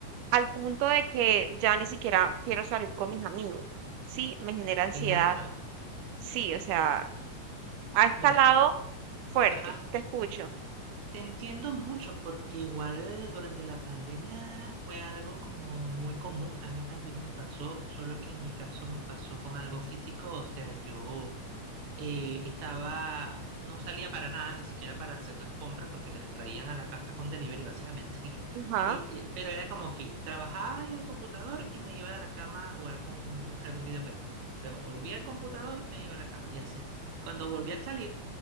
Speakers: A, on the right (about 80°); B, on the right (about 65°).
A: al punto de que ya ni siquiera quiero salir con mis amigos. Sí, me genera ansiedad.
B: claro,
A: Sí, o sea, Ha escalado
B: mira,
A: fuerte,
B: ajá,
A: te escucho.
B: te entiendo mucho porque igual durante la pandemia fue algo como muy común, a mí también me pasó, solo que en mi caso me pasó con algo físico, o sea, yo... eh, estaba, no salía para nada, ni siquiera para hacer las compras, porque me las traían a la casa con delivery, básicamente. <laughs>
A: Ujú, Ajá.
B: Este, pero era como que trabajaba en el computador y me iba a la cama a jugar con algún videojuego. Luego volvía al computador, me iba a la cama y así. Y cuando volví a salir,